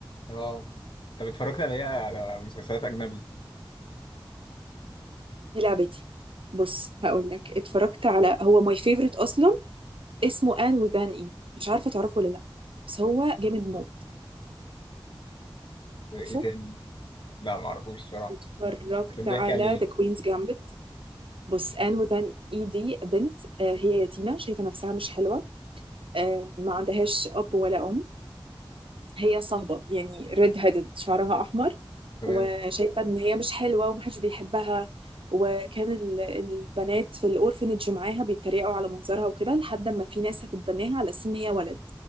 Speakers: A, on the left; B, on the right.
A: اه طب اتفرجت على ايه على مسلسلات أجنبي
B: دي لعبتي بص هقول لك اتفرجت على هو ماي فيفورت أصلا اسمه آن وذان إي مش عارفة تعرفه ولا لأ بس هو جامد موت
A: ايه
B: عارفه
A: تاني لا معرفوش الصراحة
B: اتفرجت
A: كان بيحكي
B: على
A: عن ايه
B: ذا كوينز جامبت بص آن وذان إي دي بنت آه، هي يتيمة شايفة نفسها مش حلوة آه، ما عندهاش أب ولا أم هي صهبة يعني ريد هيدد شعرها أحمر
A: تمام
B: وشايفة إن هي مش حلوة ومحدش بيحبها وكان ال- البنات في الأورفنج معاها بيتريقوا على منظرها وكده لحد ما في ناس هتتبناها على أساس إن هي ولد